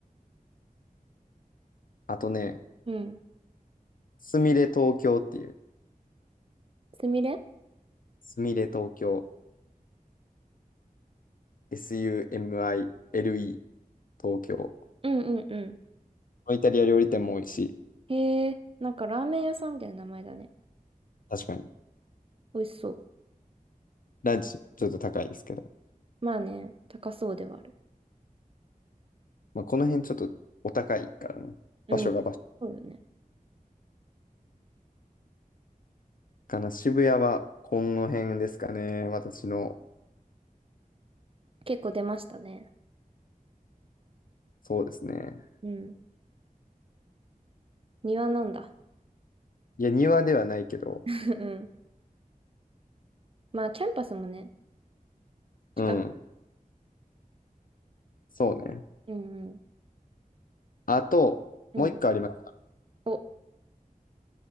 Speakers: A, on the left; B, on the right.
A: あとね、
B: うん。
A: すみれ東京っていう、
B: すみれ
A: すみれ東京、SUMILE 東京。
B: うんうんうん。
A: イタリア料理店も多いし、
B: へえ、なんかラーメン屋さんみたいな名前だね。
A: 確かに。
B: 美味しそう。
A: ランチちょっと高いですけど。
B: まあね、高そうではある。
A: まあ、この辺ちょっとお高いからね。
B: うん。
A: 場所が場所
B: そうよね。
A: かな。渋谷はこの辺ですかね。私の。
B: 結構出ましたね。
A: そうですね。
B: うん。庭なんだ。
A: いや、庭ではないけど。
B: <laughs> うん。まあ、キャンパスもね、近く。
A: うん。そうね。
B: うんうん。
A: あと、
B: うん。
A: もう一個あります。
B: お、